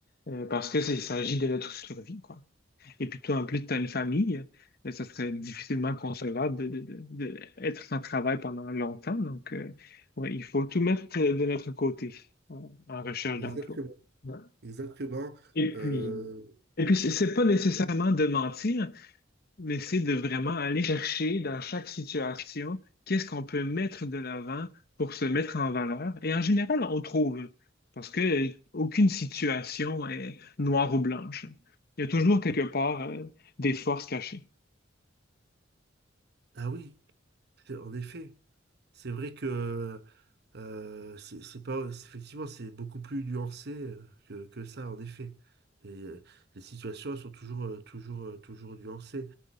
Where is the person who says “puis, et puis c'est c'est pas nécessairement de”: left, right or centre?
Left